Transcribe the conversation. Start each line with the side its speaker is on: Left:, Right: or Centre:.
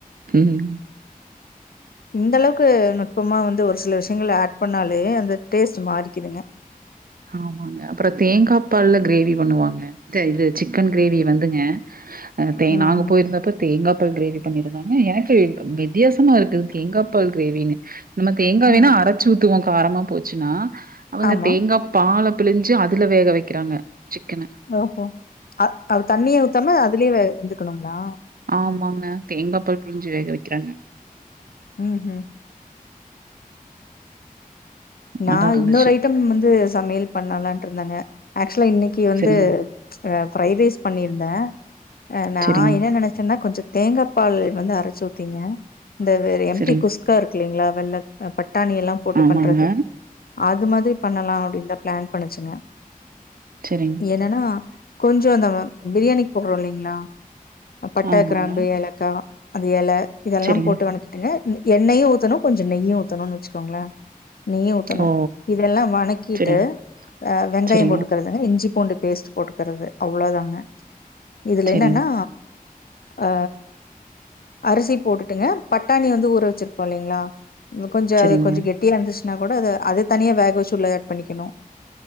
Right: ம்
Left: இந்த அளவுக்கு நுட்பமா வந்து ஒரு சில விஷயங்கள ஆட் பண்ணாலே அந்த டேஸ்ட் மாறிக்குதுங்க
Right: ஆமாங்க அப்புறோ தேங்காய் பால்ல கிரேவி பண்ணுவாங்க த இது சிக்கன் கிரேவி வந்துங்க தே
Left: ம்ஹ்ம்.
Right: நாங்க போயிருந்தப்ப தேங்கா பால் கிரேவி பண்ணிருந்தாங்க எனக்கு வித்தியாசமா இருக்குது தேங்கா பால் கிரேவின்னு நம்ம தேங்கா
Left: ம்.
Right: வேணா அரச்சு ஊத்துவோ காரமா போச்சுன்னா அவங்க
Left: ஆமா.
Right: தேங்காப் பால பிழிஞ்சு அதுல வேக வக்கிறாங்க சிக்கன
Left: ஓஹோ அது அது தண்ணியே ஊத்தாம அதுலயே வேக வெந்துக்கணுங்களா
Right: ஆமாங்க தேங்கா பால் பிழிஞ்சி வேக வக்கிறாங்க
Left: ம் ம் நா
Right: நல்லா இருந்துச்சு.
Left: இன்னொரு ஐட்டம் வந்து சமையல் பண்ணலான்ட்டு இருந்தங்க ஆக்சுவலா இன்னக்கி வந்து
Right: சரிங்க,
Left: ஆ ஃப்ரைடு ரைஸ் பண்ணிருந்தே ஆ நா
Right: சரிங்க,
Left: என்ன நெனச்சன்னா கொஞ்சோ தேங்கா பால் வந்து அரச்சி ஊத்திங்க இந்த வே எம்
Right: சரிங்க.
Left: டி குஸ்கா இருக்குல்லீங்களா வெள்ளக் பட்டாணி எல்லா போட்டு
Right: ஆமாங்க.
Left: பண்றது அது மாதிரி பண்ணலா அப்டின்தா பிளான் பண்ணுச்சுங்க
Right: சரிங்க.
Left: என்னன்னா கொஞ்சோ இந்த பிரியாணிக்கி போட்றோ இல்லைங்களா பட்ட
Right: ஆமாங்க.
Left: கிராம்பு ஏலக் கா அந்த எல இதெல்லா
Right: சரிங்க.
Left: போட்டு வணக்கி டுங்க எண்ணெயு ஊத்தணு கொஞ்சோ நெயு ஊத்தணுன்னு வச்சுக்கோங்களே நெய்யு ஊக்தணு
Right: ஓ!
Left: இதெல்லா வணக்கிட்டு
Right: சரிங்க,
Left: ஆ வெங்காயோ
Right: சரிங்க,
Left: போட்டுக்கறது இஞ்சி பூண்டு பேஸ்ட் போட்டுக்கறது அவ்ளோ தாங்க இதுல
Right: சரிங்க.
Left: என்னன்னா ஆ அரிசி போட்டுட்டுங்க பட்டாணி வந்து ஊற வச்சிருப்போ இல்லலைங்களா கொஞ்சோ
Right: சரிங்க,
Left: அது கொஞ்சோ கெட்டியா இருந்துச்சுன்னா கூட அத அத தனியா வேக வச்சு உள்ள ஆட் பண்ணிக்கணு